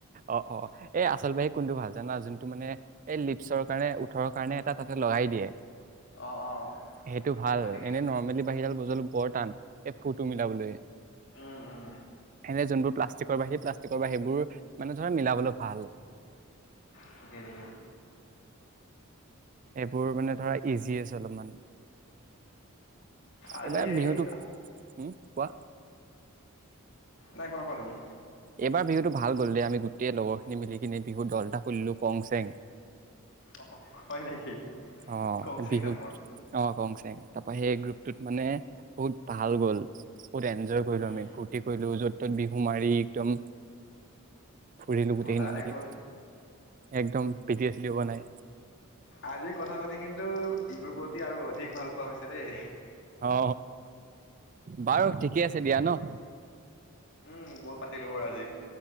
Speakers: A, on the right; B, on the left.
A: অ অ এই আচল বাঁহী কোনটো ভাল জানা যোনটো মানে এই লিপচৰ কাৰণে ওঠৰৰ কাৰণে এটা তাতে লগাই দিয়ে
B: অঁ অঁ
A: সেইটো ভাল
B: হয় নেকি
A: এনেই নৰ্মেলি বাঁহীডাল বজলো বৰ টান ফুটো মিলাবলৈ
B: উম উম
A: এনে যোনবোৰ প্লাষ্টিকৰ বাঁহী <unintelligible> সেইবোৰ মানে ধৰা মিলাবলৈ ভাল
B: ঠিকেই ঠিকেই
A: এই বোৰ মানে ধৰা ইজি আছে অলপমান।
B: আজি
A: এইবাৰ বিহুতো
B: এই
A: উম, কোৱা।
B: নাই কোৱা, কোৱা তুমি।
A: এইবাৰ বিহুটো ভাল গ'ল দে আমি গোটেই লগৰ খিনি মিলি কিনে বিহুৰ দল এটা খুলিলো কং চেং
B: অ হয় নেকি
A: অ
B: কংচিং
A: বিহুক
B: নামৰ
A: অ গং চেং তাৰপৰা সেই গ্ৰুপ মানে বহুত ভাল গ'ল বহুত এনজয় কৰিলো
B: উম,
A: আমি ফূৰ্তি কৰিলো য'ত ত'ত বিহু মাৰি একদম ফুৰিলো
B: মজা
A: গোটেইখিন
B: দেখোন
A: মিলি একদম পিটি এ চ দি বনাই
B: আজিৰ কথা পাতি কিন্তু বিহুৰ প্ৰতি আৰু অধিক ভাল পোৱা হৈছে দেই
A: অ বাৰু ঠিকে আছে দিয়া ন
B: উ বত পাতিলো বাৰু আজি